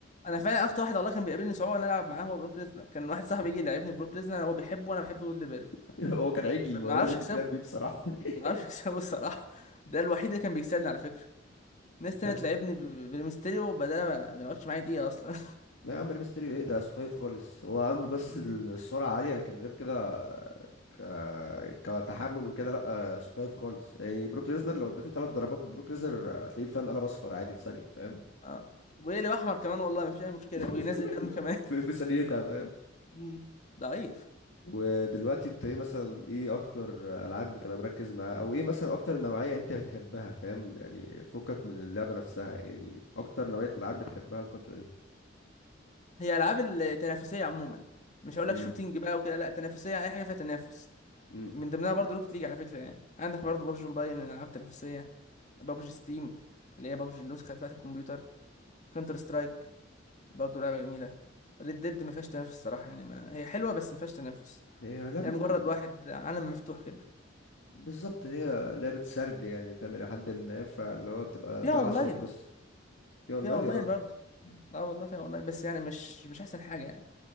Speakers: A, on the left; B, on the left.
A: انا فعلا اكتر واحد الله كان بيقابلني صعوبه ان انا العب معاه هو بروك ليزنر كان واحد صاحبي يجي يلعبني بروك ليزنر هو بيحبه وانا بحب جولدبرج
B: <laughs> هو كان عجل
A: ما
B: ما
A: ما
B: هو
A: اعرفش
B: لازم
A: اكسبه
B: يتلعب بيه بصراحة <laughs>
A: ما اعرفش <laughs> اكسبه الصراحه ده الوحيد اللي كان بيكسبني على فكره ناس تانية
B: لا
A: تلعبني ب- ب- بالميستيريو بدأ ما ما يقعدش معايا دقيقه اصلا
B: لا يا عم ميستريو ايه ده سفايف خالص هو عنده بس
A: <laughs> مم.
B: السرعة عالية لكن غير كده ك... كتحمل وكده لا سفايف خالص يعني بروك ليزنر
A: مم.
B: لو اديته ثلاث ضربات ببروك ليزنر هتلاقيه فاهم قلب اصفر عادي في ثانية فاهم
A: اه ويقلب احمر كمان والله ما فيش اي مشكله
B: <laughs>
A: وينزل دم كمان
B: في في ثانيتها فاهم
A: <laughs> مم. ضعيف
B: ودلوقتي انت ايه مثلا ايه اكتر العاب بتبقى مركز معاها او ايه مثلا اكتر نوعية انت بتحبها فاهم يعني فكك من اللعبة نفسها يعني اكتر نوعية العاب بتحبها الفترة دي
A: هي العاب التنافسيه عموما مش هقول
B: امم
A: لك شوتينج بقى وكده لا تنافسيه اي حاجه فيها تنافس
B: امم
A: من ضمنها برضه روكيت ليج على فكره يعني عندك برضه بابجي موبايل من الالعاب التنافسيه بابجي ستيم اللي هي بابجي النسخه بتاعه الكمبيوتر كونتر سترايك برضه لعبه جميله ريد ديد ما فيهاش تنافس الصراحه يعني ما هي حلوه بس ما فيهاش تنافس
B: هي لعبة
A: هي مجرد
B: ك-
A: واحد عالم مفتوح كده
B: بالظبط هي لعبة سرد يعني فاهم الى حد ما فاللي هو بتبقى
A: فيها
B: تلعب
A: اونلاين
B: عشان القصة في اونلاين
A: فيها اونلاين
B: يا راجل
A: برضه اه والله فيها اونلاين بس يعني مش مش احسن حاجه يعني